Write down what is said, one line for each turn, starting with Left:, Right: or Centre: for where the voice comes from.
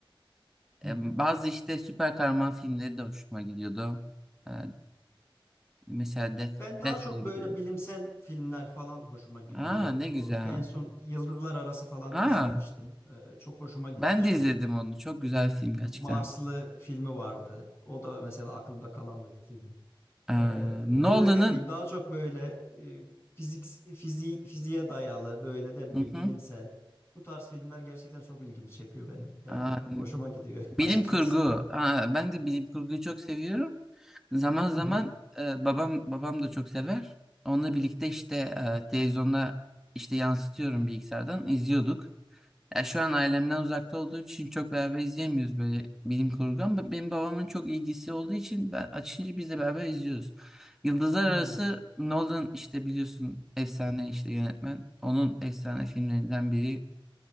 Left: Hı
Centre: e,
Left: hı.
Centre: Bazı işte süper kahraman filmleri de hoşuma gidiyordu. E, Mesela Death,
Left: Ben
Centre: Deadpool
Left: daha çok böyle
Centre: gibi.
Left: bilimsel filmler falan hoşuma gidiyor.
Centre: Aa ne güzel.
Left: Ee, En son Yıldızlar Arası falan
Centre: Aa
Left: izlemiştim. Ee, Çok hoşuma gitmişti.
Centre: ben de izledim onu. Çok güzel film gerçekten.
Left: Marslı filmi vardı. O da mesela aklımda kalan bir film.
Centre: Ee,
Left: Ee,
Centre: Nolan'ın
Left: Böyle ne bileyim daha çok böyle e, fizik fizi, fiziğe dayalı böyle ne bileyim
Centre: Hı hı.
Left: bilimsel. Bu tarz filmler gerçekten çok ilgimi çekiyor benim. Yani
Centre: Aa,
Left: hoşuma gidiyor <laughs> açıkçası.
Centre: bilim kurgu. Aa, ben de bilim kurguyu çok seviyorum. Zaman zaman
Left: Hı hı.
Centre: e, babam babam da çok sever. Onunla birlikte işte e, televizyonda işte yansıtıyorum bilgisayardan izliyorduk. Ya şu an ailemden uzakta olduğum için çok beraber izleyemiyoruz böyle bilim kurgu ama benim babamın çok ilgisi olduğu için ben açınca biz de beraber izliyoruz. Yıldızlar
Left: Hı,
Centre: Arası Nolan işte biliyorsun efsane işte yönetmen. Onun efsane filmlerinden biri.